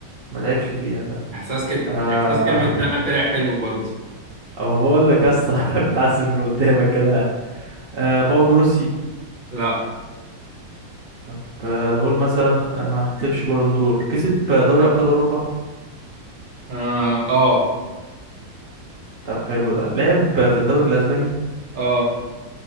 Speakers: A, on the right; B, on the right.
A: ما لعبش فيها ده
B: احساس كده
A: آه
B: احساس كلمة لا طلع حلو برضو
A: اما بقول لك يا اسطى <laughs> بتعذب اللي قدامك كده آه باولو روسي
B: لا
A: طب آه نقول مثلا خ- ما كسبش بالون دور كسب دوري ابطال اوروبا
B: اه اه
A: طب حلو ده لعب في الدوري الاسباني
B: اه